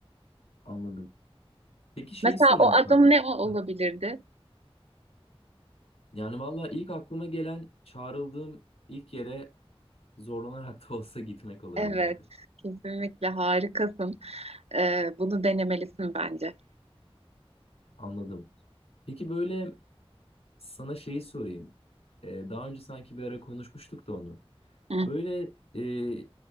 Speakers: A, on the left (about 80°); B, on the right (about 85°).
A: Anladım. Peki şeyi
B: Mesela
A: sorayım
B: o adım
A: sana.
B: ne olabilirdi?
A: Ha. Yani valla ilk aklıma gelen çağrıldığım ilk yere zorlanarak <laughs> da olsa gitmek olabilirdi.
B: Evet, kesinlikle harikasın. Ee, bunu denemelisin bence.
A: Anladım. Peki böyle sana şeyi sorayım. Ee, daha önce sanki bir ara konuşmuştuk da onu.
B: Hı
A: Böyle e,